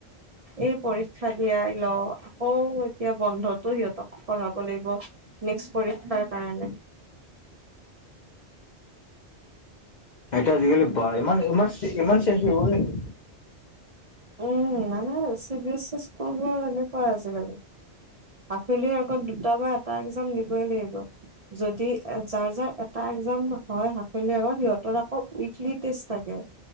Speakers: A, on the right; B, on the left.
A: এই পৰীক্ষা দিয়াই লও আকৌ এতিয়া বন্ধতটো সিহঁতক পঢ়াব লাগিব নেক্স পৰীক্ষাৰ কাৰণে
B: সেইটো আজিকালি বা ইমান ইমান ইমান চেঞ্জ হৈ গ'ল নেকি
A: উম মানে চি বি এছ ই স্কুলবোৰ এনেকুৱা আজিকালি সাফেলিৰ আগত দুটা বা এটা একজাম দিবই লাগিব যদি যাৰ যাৰ এটা এটা একজাম হয় হাফেলি আগত সিহঁতৰ আকৌ উইকলি টেষ্ট থাকে